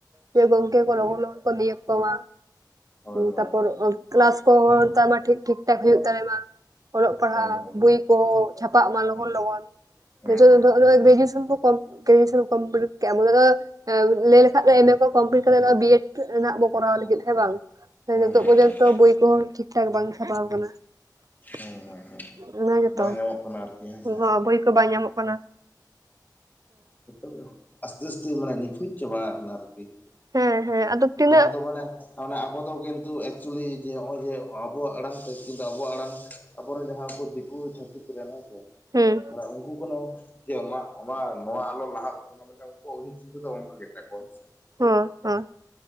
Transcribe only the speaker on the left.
ᱦᱳᱭ ᱦᱳᱭ
ᱦᱳᱭ
ᱦᱳᱭ ᱦᱳᱭ ᱦᱮᱸ
ᱦᱮᱸ
ᱦᱮᱸ
ᱦᱮᱸ
ᱦᱮᱸ
ᱦᱮᱸ
ᱦᱮᱸ ᱦᱮᱸ
ᱵᱟᱝ ᱧᱟᱢᱚᱜ ᱠᱟᱱᱟ ᱟᱨᱠᱤ ᱦᱮᱸᱥᱮ
ᱦᱮᱸ ᱛᱚᱵᱮ ᱟᱥᱛᱮ ᱟᱥᱛᱮ ᱢᱟᱱᱮ ᱱᱤᱯᱷᱩᱸᱡ ᱪᱟᱵᱟ ᱠᱟᱱᱟ ᱟᱨᱠᱤ ᱾
ᱡᱟᱦᱟᱸ ᱫᱚ ᱢᱟᱱᱮ ᱢᱟᱱᱮ ᱟᱵᱚ ᱫᱚ ᱠᱤᱱᱛᱩ ᱮᱠᱪᱩᱭᱮᱞᱤ ᱡᱮ ᱱᱚᱜ-ᱚᱭ ᱡᱮ ᱟᱵᱚᱣᱟᱜ ᱟᱲᱟᱝ ᱥᱮ ᱠᱤᱱᱛᱩ ᱟᱵᱚᱣᱟᱜ ᱟᱲᱟᱝ ᱟᱵᱚᱨᱮᱱ ᱡᱟᱦᱟᱸ ᱩᱱᱠᱩ ᱫᱤᱠᱩ ᱪᱷᱟᱹᱛᱤᱠ ᱦᱮᱸᱥᱮ
ᱢᱟᱱᱮ ᱩᱱᱠᱩ ᱠᱷᱚᱱ ᱦᱚ ᱡᱮ ᱟᱢᱟᱜ ᱚᱱᱟ ᱱᱚᱣᱟ ᱟᱞᱚ ᱞᱟᱦᱟᱜ ᱛᱟᱵᱚ ᱢᱟ ᱢᱮᱱᱠᱷᱟᱱ ᱩᱱᱠᱩᱣᱟ ᱩᱭᱦᱟᱹᱨ ᱪᱤᱱᱛᱟᱹ ᱫᱚ ᱚᱱᱠᱟ ᱜᱮ ᱛᱟᱠᱚᱣᱟ ᱦᱮᱸᱥᱮ ᱾